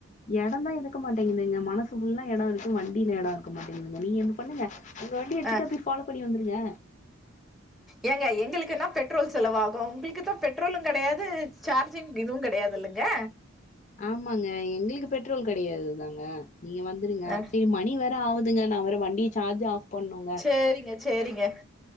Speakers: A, on the left (about 35°); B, in the centre.
A: இடம் தா இருக்க மாட்டேங்குதுங்க மனசு ஃபுல்லா இட இருக்கு வண்டியில இட இருக்க மாட்டேங்குதுங்க நீங்க ஓன்ன பண்ணுங்க உங்க வண்டி எடுத்துட்டு
B: அ
A: அப்டியே ஃபாலோ பண்ணி வந்துருங்க
B: ஏங்க எங்களுக்குனா பெட்ரோல் செலவாகு உங்களுக்கு தா பெட்ரோலு கிடையாது சார்ஜிங் இதுவு கிடையாதுல்ல அங்க
A: ஆமாங்க எங்களுக்கு பெட்ரோல் கிடையாது தாங்க நீங்க வந்துருங்க
B: ஆ
A: சேரி மணி வேற ஆகுது ஏங்க நா வேற வண்டி சார்ஜ் ஆஃப் பண்ணோங்க
B: சேரிங்க சேரிங்க